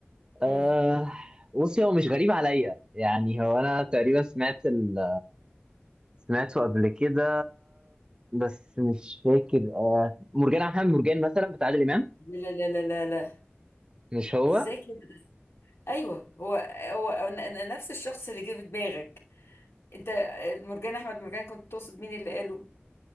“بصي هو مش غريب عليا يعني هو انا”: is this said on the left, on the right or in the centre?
Right